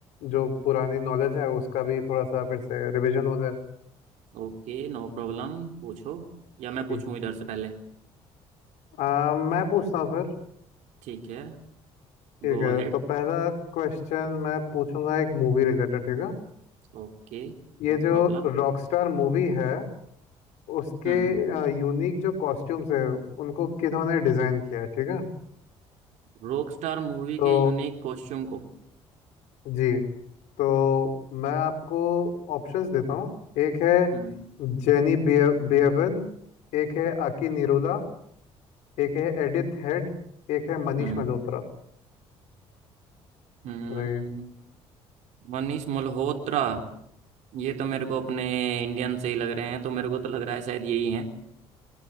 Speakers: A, on the left; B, on the right.
A: जो पुरानी नॉलेज है उसका भी थोड़ा सा फिर से रिवीजन हो जाए
B: ओके नो प्रॉब्लम पूछो या मैं पूछूं
A: जी
B: इधर से पहले
A: अम, मैं पूछता हूँ फिर
B: ठीक है
A: ठीक
B: Go
A: है
B: ahead
A: तो पहला क्वेश्चन मैं पूछूंगा एक मूवी रिलेटेड ठीक है
B: Okay
A: ये
B: No
A: जो
B: problem
A: रॉकस्टार मूवी है उसके
B: Hmm
A: यूनिक जो कॉस्ट्यूम्स है उनको किन्होंने डिजाइन किया है ठीक है
B: Rockstar movie
A: तो
B: के यूनिक कॉस्ट्यूम को
A: जी तो मैं आपको ऑप्शंस देता हूँ एक है
B: हम्म
A: जेनी बिए- बिएवन एक है आकी निरोला एक है एडिथ हेड एक है मनीष
B: हम्म
A: मल्होत्रा
B: हम्म
A: रहिए
B: मनीष मल्होत्रा ये तो मेरे को अपने इंडियन से ही लग रहे हैं तो मेरे को तो लग रहा है शायद यही है